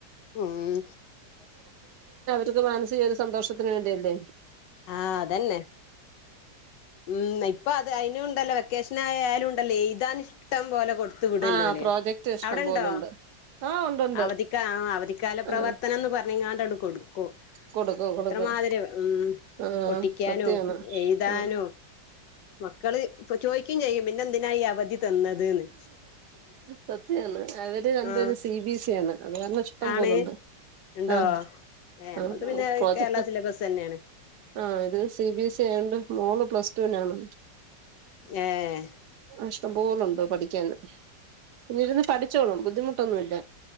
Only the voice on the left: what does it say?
ഉം
ആഹ് അതെന്നെ ഉം ഇപ്പ അത് അയിനും ഇണ്ടെല്ലോ വെക്കേഷൻ ആയാലും ഇണ്ടെല്ലോ എഴ്താൻ ഇഷ് ട്ടം പോലെ കൊട്ത്ത് വുടെല്ലോ
ഓൽ
അവ്ടെ ഇണ്ടോ
അവധിക്ക് ആ അവധിക്കാല
പ്രവർത്തനംന്ന് പർഞ്ഞ്ങ്ങാ എട്ക്കും എട്ക്കും ക്കും
എത്രമാതിരി ഉം
ഒട്ടിക്കാനും
എഴ്താനും
മക്കെൾ ചോയ്ക്കു ചോയ്ക്കും ചെയ്യും പിന്നെന്തിനാ ഈ അവധി തന്നത്ന്ന്
ആഹ്
ആണ്
ഉണ്ടോ
ഏ നമ്മളത്
പിന്നെ
കേരള സിലബസ് തന്നെയാണ്
ഏഹ്